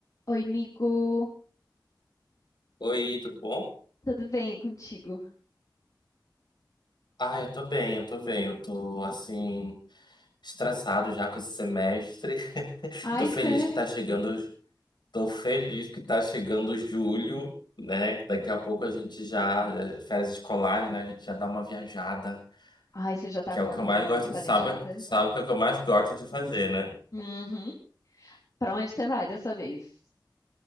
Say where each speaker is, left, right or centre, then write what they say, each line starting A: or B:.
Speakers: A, on the left (about 45°); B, on the left (about 65°).
A: Oi, amigo.
B: Oi, tudo bom?
A: Tudo bem e contigo?
B: Ah, eu tô bem, eu tô bem. Eu tô, assim, estressado já com esse semestre. <laughs>
A: Ai,
B: Tô feliz
A: sério?
B: que tá chegando, tô feliz que tá chegando julho, né? Daqui a pouco a gente já, eh, férias escolares, né? A gente já dá uma viajada,
A: Ai, você já tá
B: que
A: com
B: é o
A: alguma
B: que eu mais gosto
A: planejada?
B: de, sabe? Sabe que é o que eu mais gosto de fazer, né?
A: Uhum. Pra onde você vai dessa vez?